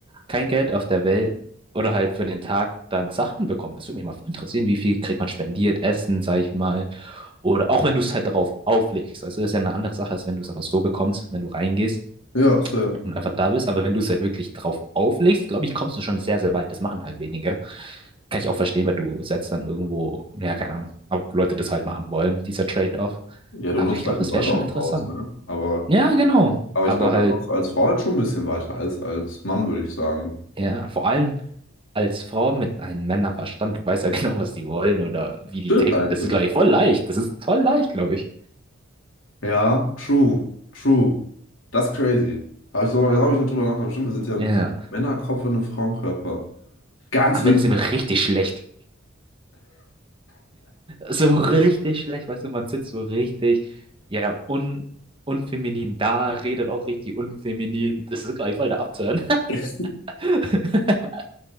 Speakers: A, on the right; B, on the left.
A: kein Geld auf der Welt oder halt für den Tag dann Sachen bekommen. Es würde mich mal interessieren, wie viel kriegt man spendiert, Essen, sag ich mal. Oder auch wenn du es halt darauf auflegst. Also das ist ja eine andere Sache, als wenn du es einfach so bekommst, wenn du reingehst
B: Ja, safe.
A: und einfach da bist. Aber wenn du es halt wirklich drauf auflegst, glaube ich, kommst du schon sehr, sehr weit. Das machen halt wenige. Kann ich auch verstehen, weil du setzt dann irgendwo, ja, keine Ahnung, ob Leute das halt machen wollen, dieser Trade-off.
B: Ja, du
A: Aber
B: nutzt
A: ich glaube,
B: halt
A: das
B: die Leute
A: wäre schon
B: auch
A: interessant.
B: aus, ne? Aber.
A: Ja, genau.
B: Aber
A: Aber
B: ich glaube,
A: halt
B: da kommst du als Frau halt schon ein bisschen weiter als als Mann, würde ich sagen.
A: Ja, vor allem als Frau mit einem Männerverstand, du weißt ja <laughs> genau, was die wollen oder wie
B: Stimmt
A: die ticken.
B: eigentlich.
A: Das ist, glaube ich, voll leicht. Das ist voll leicht, glaube ich.
B: Ja, true, true. Das ist crazy. Habe ich so, da habe ich nicht drüber nachgedacht. Bestimmt, wir sind ja ein
A: Ja.
B: Männerkopf in einem Frauenkörper. Ganz
A: Am
B: wild.
A: Ende sind wir richtig schlecht. So richtig schlecht, weißt du, man sitzt so richtig, ja, un unfeminin da, redet auch richtig unfeminin. Das ist, glaube ich, voll der Abturn.
B: <laughs>
A: <laughs>